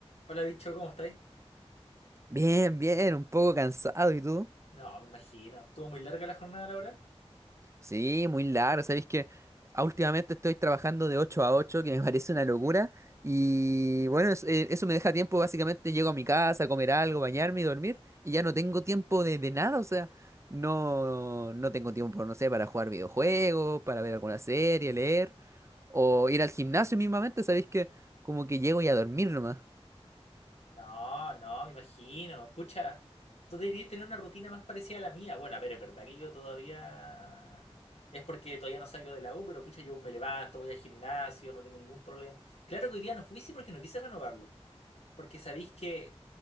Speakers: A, on the left; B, on the right.
A: Hola, bicho, ¿cómo estáis?
B: Bien, bien, un poco cansado, ¿y tú?
A: No, me imagino. ¿Estuvo muy larga la jornada laboral?
B: Sí, muy largo, ¿sabéis que últimamente estoy trabajando de 8 a 8, que me <laughs> parece una locura, y bueno, es- eh, eso me deja tiempo, básicamente llego a mi casa a comer algo, bañarme y dormir, y ya no tengo tiempo de, de nada, o sea, no, no tengo tiempo, no sé, para jugar videojuegos, para ver alguna serie, leer, o ir al gimnasio mismamente, ¿sabéis que como que llego y a dormir nomás?
A: No, no, me imagino. Pucha, tú deberías tener una rutina más parecida a la mía. Bueno, a ver, es verdad que yo todavía... Es porque todavía no salgo de la U, pero pucha, yo me levanto, voy al gimnasio, no tengo ningún problema. Claro que hoy día no fui, sí, porque no quise renovarlo. Porque sabéis que